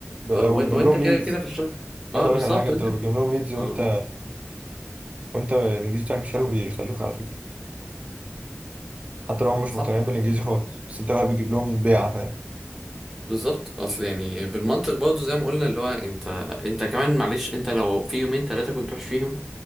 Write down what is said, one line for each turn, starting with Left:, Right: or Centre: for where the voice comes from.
Right: لو
Centre: آه و...
Right: بتجيب
Centre: وانت
Right: لهم
Centre: كده
Right: ليدز
Centre: كده في الشهر اه
Right: عايز اقول
Centre: بالظبط
Right: لك على حاجه انت
Centre: وانت
Right: لو بتجيب لهم ليدز وانت
Centre: اه
Right: وانت الانجليزي بتاعك مش حلو بيخلوك على فكره حتى لو هم مش
Centre: صح
Right: مقتنعين بالانجليزي خالص بس انت بقى بتجيب لهم بيعه فاهم
Centre: بالظبط اصل يعني بالمنطق برضه زي ما قلنا اللي هو انت انت كمان معلش انت لو في يومين ثلاثه كنت وحش فيهم